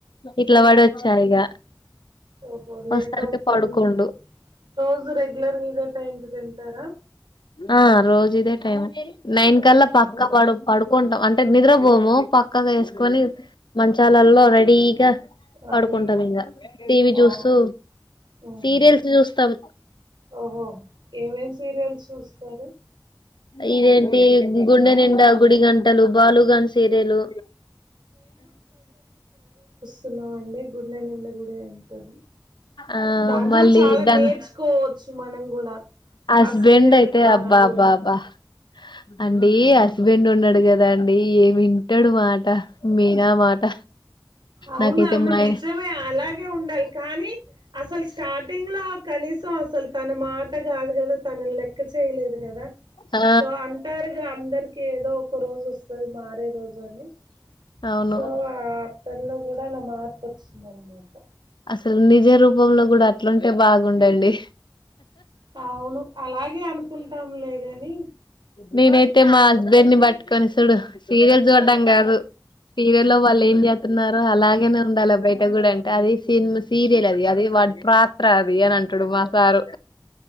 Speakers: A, on the left (about 85°); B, on the right (about 85°).
A: ఇట్ల
B: ఓ,
A: వాడి వచ్చా ఇక
B: ఓహో లేట్
A: వస్తరికి
B: అవుతుంది
A: పడుకుండు
B: రోజు రెగ్యులర్గా ఇదే టైంకి తింటారా
A: ఆ రోజిదే టైం నైన్
B: ఓహ్!
A: కల్లా పక్క పడు టాం అంటే నిద్రపోము పక్కలు వేసుకొని మంచాలల్లో రెడీగా పడుకుంటాం
B: అదేలేండి
A: ఇంగా టీవీ చూస్తూ
B: ఆ హ్మ్
A: సీరియల్స్ చూస్తాం
B: ఓహోహో ఏమేమి సీరియల్స్ చూస్తారు
A: ఇదేంటి గుండెనిండా గుడి గంటలు బాలుగాన్ సీరియలు
B: సున్నామ్ అండి గుండెనిండా గుడి గంటలు
A: ఆ
B: దాంట్లో
A: మళ్ళీ
B: చాలా
A: దాని
B: నేర్చుకో చు మనం కూడా
A: హస్బెండ్
B: ఆ సీరియల్
A: అయితే
B: ద్వారా
A: అబ్బా
B: కూడా
A: బ్బా బ్బా అండి హస్బెండ్ ఉన్నాడు కదా అండి ఏమి వింటాడు మాట మీనా మాట
B: అవునవును
A: నాకైతే మా ఆయన
B: నిజమే అలాగే ఉండాలి కానీ అసలు స్టార్టింగ్ లో కనీసం అసలు తన మాట కాదు కదా తనన్ లెక్క చేయలేదు కదా
A: ఆ
B: సో అంటారుగా అందరు ఏదో ఒక రోజు అది మారే రోజు అని
A: అవును
B: సో ఆ అతనలో కూడా అలా మార్పు వచ్చింది ధన్యవాద
A: అసలు నిజ రూపంలో కూడా అట్లుంటే బాగుండండి
B: అవును అలాగే అనుకుంటాంలేగాని
A: నేనైతే మా హస్బెండ్ని బట్టుకొని చూడు సీరియల్ చూడ్డం కాదు సీరియలో వాళ్ళు ఏం చే చెతున్నారు అలాగేనే ఉండాలా బయట కూడా అంటే అది సిని సీరియల్ అది అది పాత్ర అది అని అంటాడు మా సారు